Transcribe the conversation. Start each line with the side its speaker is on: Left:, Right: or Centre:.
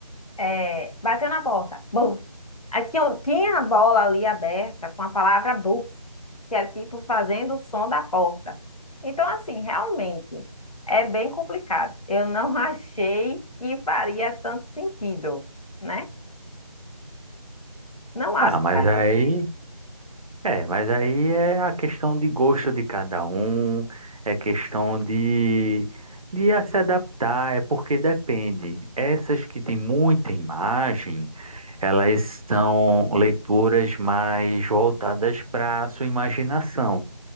Left: É, bateu na porta. Buf. Aí tinha, tinha a bola ali aberta com a palavra buf, que era tipo fazendo o som da porta. Então, assim, realmente é bem complicado. Eu não <laughs> achei que faria tanto sentido, né? Não acho
Right: Ah,
Left: que
Right: mas
Left: faz
Right: aí.
Left: tanto sentido.
Right: É, mas aí é a questão de gosto de cada um, é questão de, de a se adaptar, é porque depende. Essas que têm muita imagem, elas são leituras mais voltadas para a sua imaginação.